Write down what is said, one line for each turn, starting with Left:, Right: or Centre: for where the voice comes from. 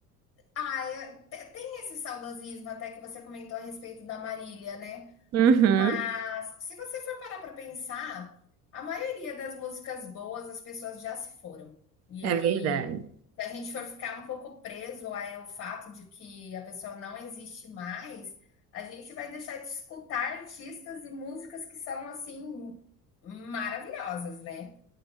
Left: ah, é, te- tem esse saudosismo até que você comentou a respeito da Marília, né?
Right: Uhum.
Left: Mas se você for parar para pensar, a maioria das músicas boas as pessoas já se foram. E
Right: É
Left: aí.
Right: verdade.
Left: Se a gente for ficar um pouco preso ao fato de que a pessoa não existe mais, a gente vai deixar de escutar artistas e músicas que são assim maravilhosas, né?